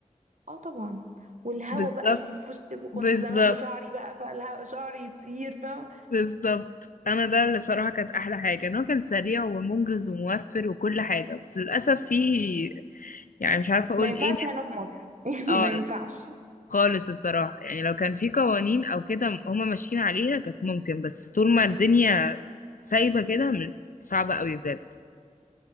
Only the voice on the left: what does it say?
بالظبط
بالظبط
بالظبط انا ده اللي صراحه كانت احلى حاجه ان هو كان سريع ومنجز وموفر وكل حاجه بس للاسف فيه يعني مش عارفه اقول
ايه ناس
اه
لا خالص الصراحه يعني لو كان في قوانين او كده هما ماشيين عليها كانت ممكن بس طول ما الدنيا سايبه كده من- صعبه قوي بجد